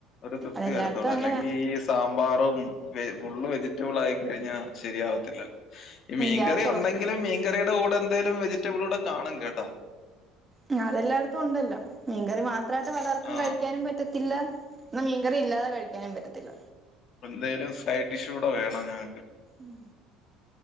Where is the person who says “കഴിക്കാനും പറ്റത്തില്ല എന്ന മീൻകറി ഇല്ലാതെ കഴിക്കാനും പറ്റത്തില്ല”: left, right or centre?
Right